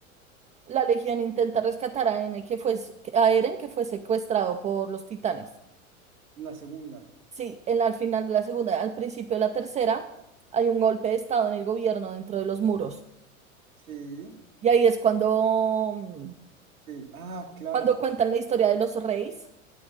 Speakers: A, on the right; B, on the right.
A: la Legión intenta rescatar a N, que fue, a Eren, que fue secuestrado por los titanes.
B: la segunda,
A: Sí, en la- al final de la segunda, al principio de la tercera, hay un golpe de estado en el gobierno dentro de los muros.
B: sí,
A: Y ahí es cuando, mm,
B: sí, ah, claro,
A: cuando cuentan la historia de los reyes,